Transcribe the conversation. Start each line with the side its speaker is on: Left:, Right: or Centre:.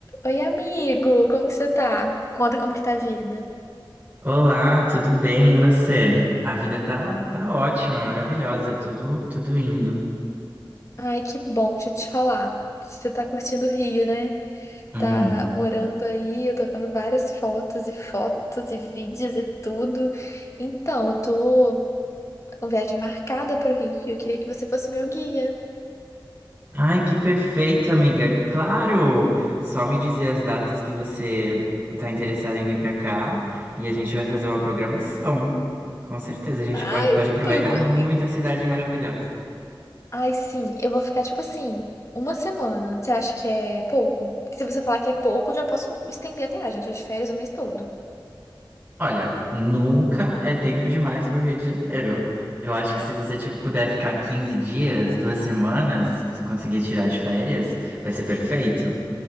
Left: Oi, amigo, como que você tá? Conta como que tá a vida.
Right: Olá, tudo bem? E você? A vida tá, tá ótima, maravilhosa, tudo, tudo indo.
Left: Ai, que bom, deixa eu te falar. Você tá curtindo o Rio, né?
Right: Uhum.
Left: Tá morando aí, eu tô vendo várias fotos e fotos e vídeos e tudo. Então, eu tô com viagem marcada pro Rio, eu queria que você fosse meu guia.
Right: Ai, que perfeito, amiga. Claro! Só me dizer as datas que você tá interessada em vir pra cá e a gente vai fazer uma programação. Com certeza, a gente
Left: Ai,
Right: pode, pode
Left: que
Right: aproveitar
Left: tudo.
Right: muito
Left: E-
Right: a cidade maravilhosa.
Left: Ai, sim, eu vou ficar tipo assim, uma semana. Você acha que é pouco? Porque se você falar que é pouco, eu já posso estender a viagem, eu tô de férias o mês todo.
Right: Olha, nunca é tempo demais para o Rio de Janeiro. Eu acho
Left: É.
Right: que se você tipo, puder ficar 15 dias, duas semanas, se você conseguir tirar de férias, vai ser perfeito.